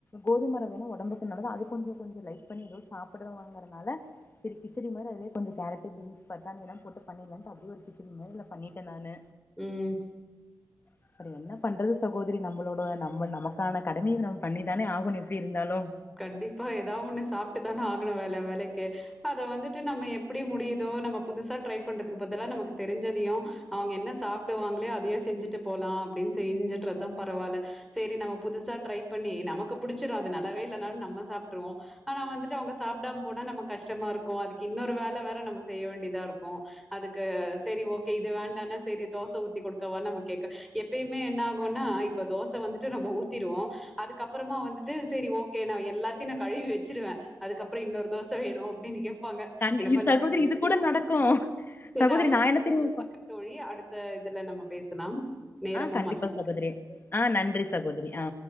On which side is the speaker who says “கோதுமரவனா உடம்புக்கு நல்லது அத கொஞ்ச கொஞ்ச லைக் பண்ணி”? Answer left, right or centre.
Left